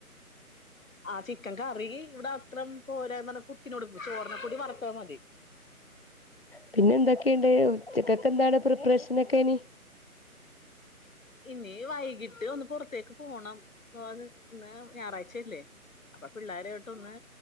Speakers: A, on the left (about 60°); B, on the left (about 45°).
A: ആഹ് ചിക്കൻ കറി ഇവിടെ അത്ര പോരാ പറ കുത്തിനോട് ചോറിനക്കൂടി വളർത്താൽ മതി
B: പിന്നെ എന്തൊക്കെയുണ്ട്ക്കൊക്ക എന്താണ് പ്രിപ്രേഷനൊക്കെനി
A: ഇനി വൈകിട്ട് ഒന്ന് പുറത്തേക്ക് പോണംന്ന് ഇന്ന് ഞായറാഴ്ചയല്ലേ അപ്പൊ പിള്ളോരോട്ട് ഒന്ന്